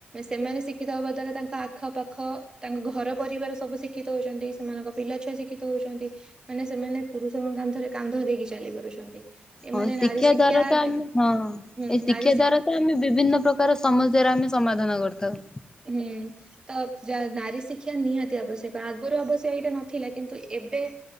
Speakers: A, on the right; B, on the left.
A: ସେମାନେ ଶିକ୍ଷିତ ହବା ଦ୍ଵାରା ତାଙ୍କ ଆଖ ପାାଖ ତାଙ୍କ ଘର ପରିବାର ସବୁ ଶିକ୍ଷିତ ହଉଛନ୍ତି ସେମାନଙ୍କ ପିଲା ଛୁଆ ଶିକ୍ଷିତ ହଉଛନ୍ତି ମାନେ ସେମାନେ ପୁରୁଷଙ୍କ କାନ୍ଧରେ କାନ୍ଧ ଦେଇ କି ଚାଲି ପାରୁଛନ୍ତି। ଏମାନେ
B: ହଁ ଶିକ୍ଷା
A: ନାରୀ
B: ଦ୍ଵାର ତ
A: ହେବେ
B: ଆମେ ହଁ ଏ
A: ହୁଁ
B: ଶିକ୍ଷା
A: ନାରୀ
B: ଦ୍ୱାରା ତ ଆମେ ବିଭିନ୍ନ ପ୍ରକାର ସମସ୍ୟ ର ଆମେ ସମାଧାନ କରିଥାଉ
A: ହୁଁ। ତ ନାରୀ ଶିକ୍ଷା ନିହାତି ଆବଶ୍ୟକ ଆଗରୁ ଅବଶ୍ୟ ଏଇଟା ନଥିଲା କିନ୍ତୁ ଏବେ